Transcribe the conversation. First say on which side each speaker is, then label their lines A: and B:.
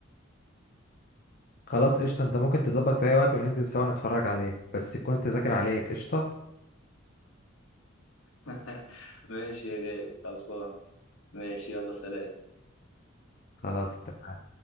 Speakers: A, on the left; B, on the left.
A: خلاص قشطة انت ممكن تظبط في اي وقت وننزل سوا نتفرج عليه بس تكون التذاكر عليك قشطة
B: <laughs> ماشي يا غالي خلصان ماشي يلا سلام
A: خلاص اتفقنا